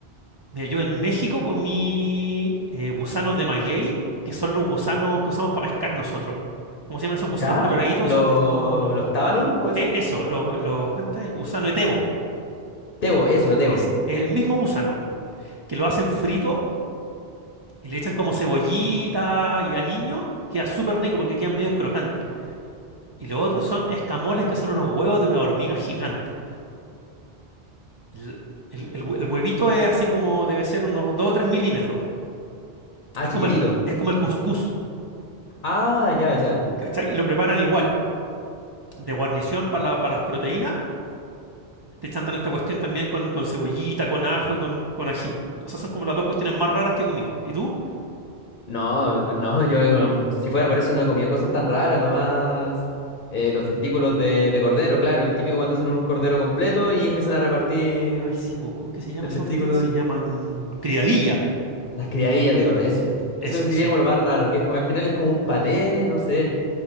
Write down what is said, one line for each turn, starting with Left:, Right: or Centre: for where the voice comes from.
Right: Mira, yo en México comí eh, gusanos de maguey, que son los gusanos que usamos para pescar nosotros. ¿Cómo se llaman esos gusanos
Left: ¿Ya?
Right: coloraditos?
Left: ¿Lo-
Right: Eso, eso,
Left: ¿Los tábanos, puede
Right: e-
Left: ser?
Right: eso, lo- lo- ¿cuánto es el gusano etebo?
Left: Tebo, eso, tebo.
Right: Es el mismo gusano, que lo hacen frito y le echan como cebollita y aliño, y queda súper rico porque quedan medios crocantes. Y lo otro son escamoles que son unos huevos de una hormiga gigante. L- El, el hue- el huevito es así como debe ser unos 2 o 3 milímetros.
Left: Ah,
Right: Es
Left: chiquitito.
Right: como el, es como el cuscús,
Left: Ah, ya, ya.
Right: ¿cachai? Y lo preparan igual, de guarnición para, la- para las proteínas. Te chantan esta cuestión también con, con cebollita, con ajo y con, con ají. Esas son como las dos cuestiones más raras que he comido. ¿Y tú?
Left: No, no, yo um, si fuera por eso no he comido cosas tan raras, lo más... eh, los testículos de, de cordero, claro, el típico cuando hacen un cordero completo y empiezan a repartir
Right: Ay, sí, po, ¿cómo que se llama
Left: el
Right: esa
Left: testículo
Right: cuestión? Se
Left: de...
Right: llaman criadilla.
Left: Las criadillas de cordero, eso, eh,
Right: Eso,
Left: eso sería
Right: sí.
Left: como lo más raro, que es como- al final es como un paté, no sé.